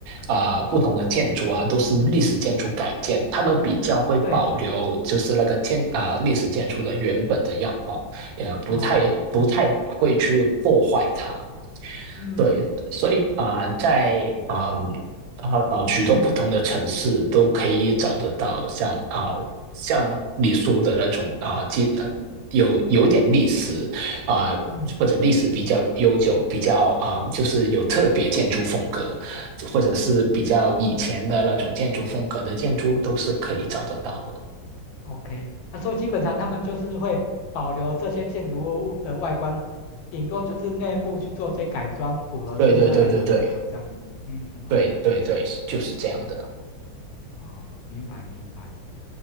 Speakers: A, on the right (about 85°); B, on the left (about 85°).
A: 啊、呃不同的建筑啊，都是历史建筑改建，他们比较会保留就是那个建啊、
B: 对，
A: 呃历史建筑的原本的样貌，也不太不太会去破坏它。
B: 哦，是，嗯嗯
A: 对，所以啊、呃在啊啊啊许多不同的城市都可以找得到像啊、像你说的那种啊、记呃有有点历史啊、
B: 嗯
A: 或者历史比较悠久，比较啊、就是有特别建筑风格，或者是比较以前的那种建筑风格的建筑都是可以找得到的。
B: ，OK，那、所以基本上他们就是会保留这些建筑物的外观，顶多就是内部去做些改装，符合现在的需求这样子。
A: 对对对对对
B: 嗯，OK，
A: 对对对，就是这样的。
B: 嗯嗯，哦，明白明白。